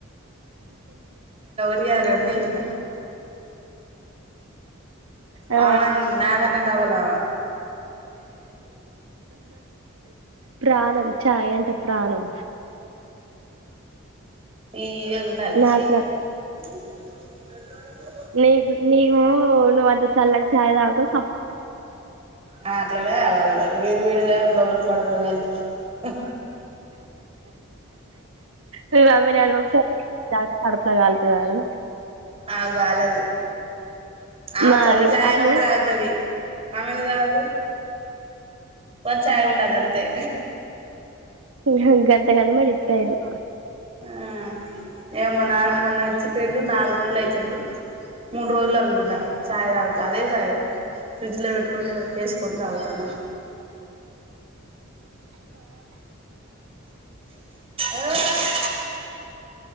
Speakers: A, on the right; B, on the right.
A: దియా రెండేసిన హ
B: ఆ
A: <inaudible> అమ నాగన్న డబులమ ఈతరు
B: ప్రాణం. చాయ్ అంటే ప్రాణం.
A: ఏ ఓప్ ఉన్నరా
B: నాకు
A: షి గంగరుకో
B: నిక్ నీవు నువ్ అంత సల్లాట్ చాయ్ తాగుతవ్
A: ఆ అట్లనే తాగాల్ మరి వేడి వేడిదే లోప్ <unintelligible> కడవయ్యాలి హు
B: నువ్ నమీనాన్ ఒకసార్ తర్వాత కడుపలా గాల్తడాడు
A: ఆవకిగాలదు. ఆవ
B: మరి
A: చల్లఛాయయినా
B: అట్లనే
A: గూడాదగుతది. అమెందుక్దగదు ఫస్చయ్ ఉండాలాంతే
B: గం గంతగానం ఎడిక్ట్ అయ్రు
A: ఆహ్ ఏ మా నానమ్ మొన్న ఇచ్చి పెయిండు నాలుగు రోజులు అయితుంది. మూడు రోజులు అనుకున్ట చాయ్ తాగుతాఅదే చాయ్. ఫ్రిడ్జ్లో పెట్టుకొని చేసుకొని తాగుతన్న. ఆహ్